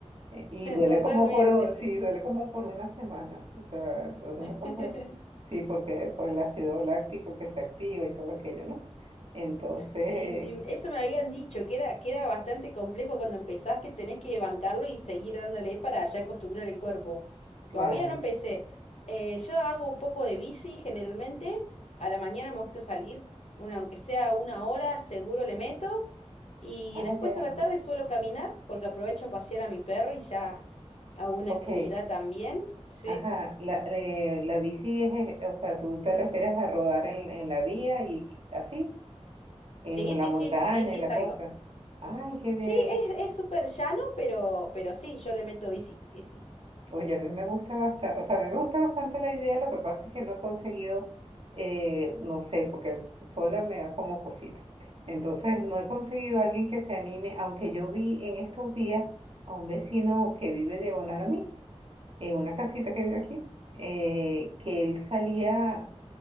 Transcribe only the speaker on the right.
Eh, Y duele
como por, o- sí, duele como por una semana, o sea, es una
cosa, sí, porque por el ácido láctico que se activa y todo aquello, ¿no? Entonces,
claro,
ah,
ya,
ok,
ajá, la, eh, la bici es, eh, o sea, tú te refieres a rodar en, en la vía y así. en
la montaña
y la
cosa. Ay, qué bien.
Oye, a mí me gusta bastante, o sea, a mí me gusta bastante la idea, lo que pasa es que no he conseguido, eh, no sé, porque s- sola me da como cosita. Entonces, no he conseguido a alguien que se anime, aunque yo vi en estos días a un vecino que vive diagonal a mí, en una casita que vive aquí, eh, que él salía